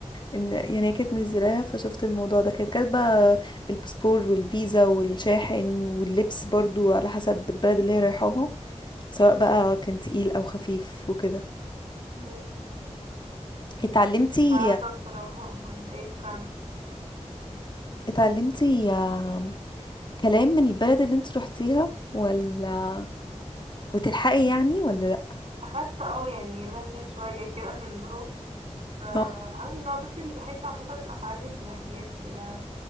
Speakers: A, on the left (about 40°); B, on the right (about 60°).
A: ان يعني هي كانت منزلاها فشفت الموضوع ده كانت كاتبة الباسبور والفيزا والشاحن واللبس برضو على حسب البلد اللي هي رايحاها سواء بقى كان تقيل او خفيف وكده
B: مم،
A: اتعلمتي
B: مش عارفة بصراحة ما عنديش أي فكرة عنها
A: اتعلمتي آم، كلام من البلد اللي انت روحتيها ولا وتلحقي يعني ولا لا
B: اخدت اه يعني لهجة شوية كده منهم فانا
A: اه
B: من النوع بصي اللي بحب عامة اتعلم لهجات كده